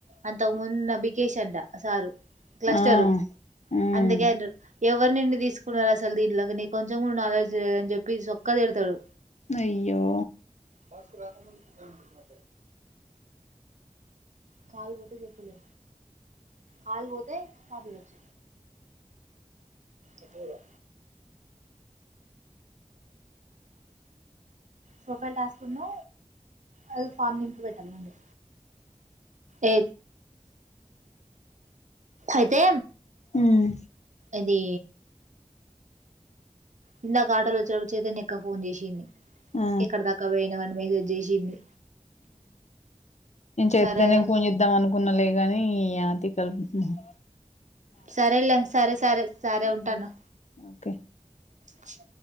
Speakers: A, on the right; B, on the left.
A: అంతకు ముందు నబికేసింట సారు క్లస్టరు
B: ఆ, ఉమ్,
A: అందుకేంట ఎవరినిండి తీసుకున్నారు అసలు దీంట్లో నీ కొంచెం కూడా నలోచ చేయ అని చెప్పి సక్కా తేడతాడు
B: అయ్యో
A: ఫస్కు రాకమ మా కాల పోతే చే ఫలే కాల పోతే కా పలేచ్చ అ పోరా సోపాల్ టాస్క్ ఉన్నా అది ఫామ్ నింపు పెట్టాలండి ఎ అయితే
B: ఉమ్,
A: ఇది ఇందాక ఆటోలో వచ్చిన చైతన్ ఎక్క ఫోన్ చేసింది
B: ఆ,
A: ఎక్కడ దక్క పోయినావని మెసేజ్ చేసింది
B: ఇ చైద్ద
A: సరే
B: పన్ చేద్దాం అనుకున్నాలే గాని ఆతికల్ ఆ
A: సరేలేం సరే సరే సరే ఉంటాను
B: ఉమ్, ఓకే
A: క స